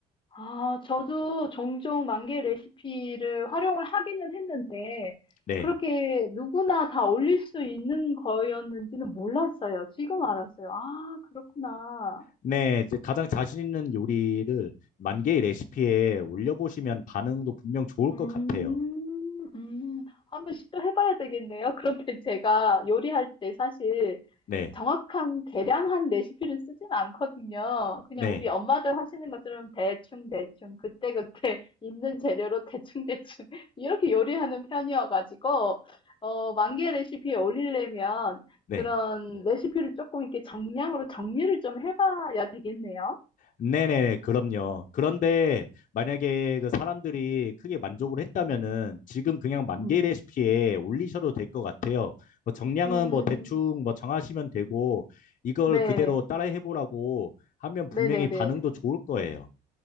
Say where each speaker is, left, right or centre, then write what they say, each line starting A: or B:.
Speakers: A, on the left (about 30°); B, on the left (about 50°).
A: 아, 저도 종종 만개 레시피를 활용을 하기는 했는데,
B: 네.
A: 그렇게 누구나 다 올릴 수 있는 거였는지는 몰랐어요. 지금 알았어요. 아, 그렇구나.
B: 네, 이제 가장 자신 있는 요리를 만개의 레시피에 올려보시면 반응도 분명 좋을
A: 음.
B: 것 같아요.
A: 음. 한번 시도해 봐야 되겠네요. <laughs> 그런데 제가 요리할 때 사실
B: 네,
A: 정확한 계량한 레시피를 쓰진 않거든요. 그냥
B: 네.
A: 우리 엄마들 하시는 것처럼 대충대충, 그때그때 <laughs> 있는 재료로 대충대충, <laughs> 이렇게 요리하는 편이어가지고, 어, 만개 레시피에 올리려면
B: 네.
A: 그런 레시피를 조금 이렇게 정량으로 정리를 좀 해봐야 되겠네요.
B: 네네, 그럼요. 그런데 만약에 그 사람들이 크게 만족을 했다면은 지금 그냥 만개
A: 음,
B: 레시피에 올리셔도 될 것 같아요. 뭐 정량은
A: 음,
B: 뭐 대충 뭐 정하시면 되고 이걸
A: 네.
B: 그대로 따라 해보라고 하면 분명히
A: 네네네.
B: 반응도 좋을 거예요.